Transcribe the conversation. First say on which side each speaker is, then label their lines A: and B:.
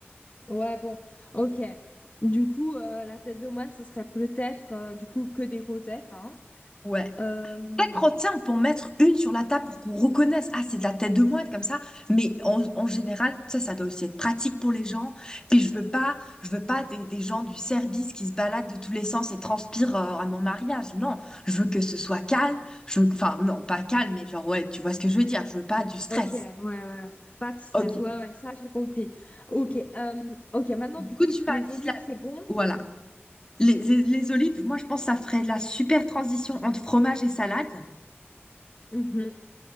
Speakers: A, on the left; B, on the left.
A: Ouais, bon, ok. Du coup, euh, la tête de moine, ce serait peut-être euh, du coup que des rosettes, hein.
B: Ouais.
A: Euh,
B: Chaque crottin, on peut en mettre une sur la table pour qu'on reconnaisse, ah, c'est de la tête de moine comme ça. Mais en, en général, ça, ça doit aussi être pratique pour les gens. Puis je veux pas, je veux pas des, des gens du service qui se baladent de tous les sens et transpirent euh, à mon mariage. Non, je veux que ce soit calme. Je veux, enfin, non, pas calme, mais genre, ouais, tu vois ce que je veux dire. Je veux pas du stress.
A: ok, ouais, ouais. ouais. Pas de stress,
B: Ok.
A: ouais, ouais, ça j'ai compris. Ok, euh, ok. Maintenant,
B: Du
A: du
B: coup,
A: coup,
B: tu m'as
A: les
B: dit
A: olives,
B: la-
A: c'est bon?
B: voilà. Les, les, les olives, moi, je pense que ça ferait de la super transition entre fromage et salade.
A: Mhm.